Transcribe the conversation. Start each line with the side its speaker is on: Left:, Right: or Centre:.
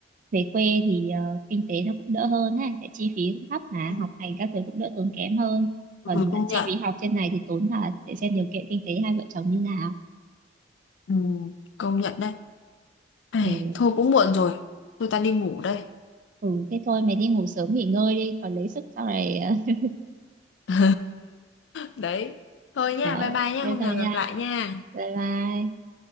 Right: về quê thì ờ, kinh tế nó cũng đỡ hơn ha tại chi phí cũng thấp mà
Left: Ừ,
Right: học hành các thứ cũng đỡ tốn kém hơn
Left: ừ,
Right: còn ờ,
Left: công
Right: chi
Left: nhận
Right: phí học trên này thì tốn thật để xem điều kiện kinh tế hai vợ chồng như nào
Left: ừ, công nhận đấy Ai,
Right: ừ,
Left: thôi cũng muộn rồi, tôi ta đi ngủ đây. <laughs>
Right: ừ thế thôi mày đi ngủ sớm nghỉ ngơi đi còn lấy sức sau này ờ,
Left: Ừ, Đấy, thôi nha,
Right: ờ,
Left: bye bye nha,
Right: thế
Left: hôm
Right: thôi
Left: nào
Right: nha
Left: gặp lại nha.
Right: bye bye